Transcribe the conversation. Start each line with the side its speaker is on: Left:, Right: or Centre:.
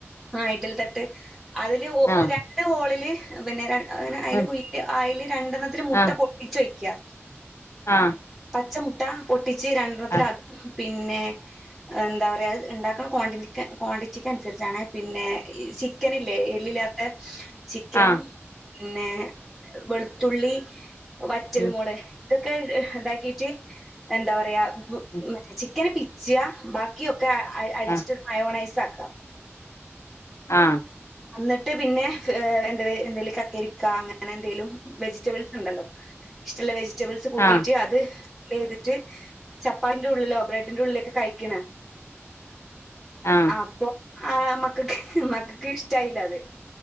Centre: ആഹ് ഇഡലി തട്ട് അതില് ഒ
Left: ആഹ്
Centre: രണ്ട് ഹോളില് പിന്നെ ര അങ്ങനെ അയ്ല്
Left: ഉം
Centre: കുയ്യില് അയ്ല് രണ്ടെർണ്ണത്തില് മുട്ട
Left: ആഹ്
Centre: പൊട്ടിച്ചൊഴിക്കാ.
Left: ആഹ്
Centre: പച്ചമുട്ട പൊട്ടിച്ച് രണ്ടെർണ്ണത്തില്
Left: ആഹ്
Centre: അതും പിന്നെ എന്താ പറയാ അത് ഇണ്ടാക്ക്ണ ക്വാണ്ടിൻ്റിക് ക്വാണ്ടിറ്റിക്ക് അനുസരിച്ചാണേ. പിന്നെ, ക്കനല്ലേ എല്ലില്ലാത്ത ചിക്കനും
Left: ആഹ്
Centre: പിന്നെ വെളു ത്തുള്ളി വറ്റൽ
Left: ഉം
Centre: മൊള് ഇതൊക്കെ ഇതാക്കീറ്റ് എന്താ പറയാ വ്
Left: ഉം
Centre: മറ്റേ ചിക്കന് പിച്ചാ. ബാക്കിയൊക്കെ അ അടിച്ചിട്ട്
Left: ആഹ്
Centre: ഒരു മയോണൈസ് ആക്കാ.
Left: ആഹ്
Centre: അന്നിട്ട് പിന്നെ എന്ത വെ എന്തെലും കക്കരിക്ക അങ്ങനെ എന്തേലും വെജിറ്റബിൾസ് ണ്ടല്ലോ. ഇഷ്ടള്ള വെജിറ്റബിൾസ് കൂട്ടീട്ട്
Left: ആഹ്
Centre: അത് ഫില്ലെയ്തിട്ട് ചപ്പാത്തിൻ്റെ ഉള്ളിലോ ബ്രെഡിന്റെ ഉള്ളിലൊക്കെ കഴിക്ക്യ്ണാ.
Left: ആഹ്
Centre: അപ്പൊ ആഹ് മക്കക്ക് മക്കക്ക് ഇഷ്ടായില്ല അത്.